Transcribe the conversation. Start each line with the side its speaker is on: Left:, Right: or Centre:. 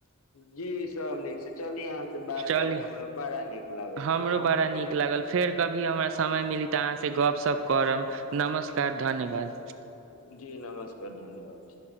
Left: जी सभ नीक से चली यहाँ ह से बात
Right: चली
Left: करके हमरा बड़ा नीक लागै
Right: हमरो
Left: छै अहाँ
Right: बड़ा
Left: से फेनो
Right: नीक लागल
Left: बात
Right: फेर कभी हमरा समय मिली तऽ अहाँ से गपशप करब नमस्कार धन्यवाद
Left: जी नमस्कार धन्यवाद